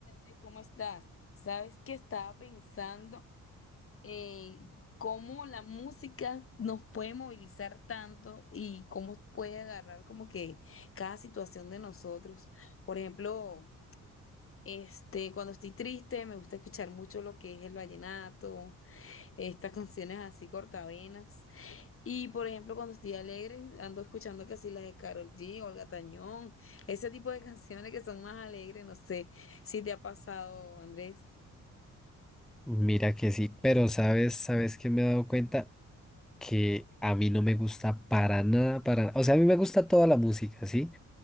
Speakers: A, on the left; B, in the centre.
A: Eh, ¿Cómo estás? Sabes que estaba pensando en cómo la música nos puede movilizar tanto y cómo puede agarrar como que cada situación de nosotros. Por ejemplo, este, cuando estoy triste me gusta escuchar mucho lo que es el vallenato, estas <laughs> canciones así cortavenas. Y por ejemplo, cuando estoy alegre ando escuchando casi las de Karol G, Olga Tañón, ese tipo de <laughs> canciones que son más alegres, no sé si te ha pasado, Andrés.
B: Mira que sí, pero sabes, sabes que me he dado cuenta que a mí no me gusta para nada, para nada. O sea, a mí me gusta toda la música, ¿sí?